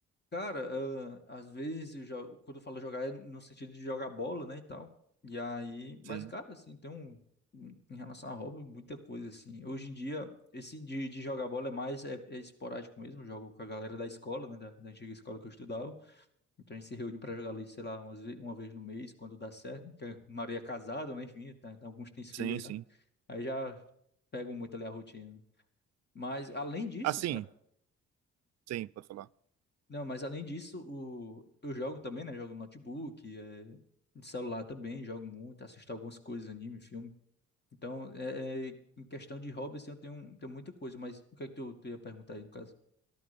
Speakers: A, on the left; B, on the right.
A: Cara, ah, às vezes eu jogo, quando eu falo jogar é no sentido de jogar bola, né, e tal. E aí, mas
B: Sim,
A: cara, assim, tem um um, em relação a hobby, muita coisa assim. Hoje em dia, esse de, de jogar bola é mais é, é esporádico mesmo, jogo com a galera da escola, né, da, da antiga escola que eu estudava. Então a gente se reúne pra jogar ali, sei lá, umas ve- uma vez no mês, quando dá certo, né, que a maioria é casada, né, enfim, tá, então alguns têm filhos
B: sim,
A: já.
B: sim.
A: Aí já pegam muito ali a rotina. né. Mas além disso,
B: Assim,
A: cara,
B: sim, pode falar.
A: Não, mas além disso, o... eu jogo também, né? Jogo no notebook, é... no celular também, jogo muito, assisto algumas coisas, anime, filme. Então, é, é, em questão de hobby, assim, eu tenho, tenho muita coisa, mas o que é que tu, tu ia perguntar aí, no caso?